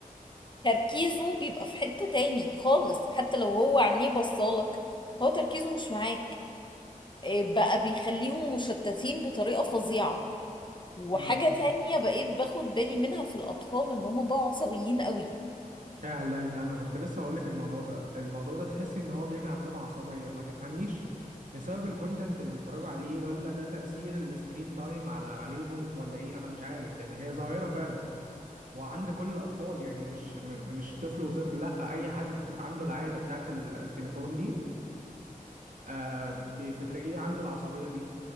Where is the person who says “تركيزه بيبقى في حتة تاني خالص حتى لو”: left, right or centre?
Left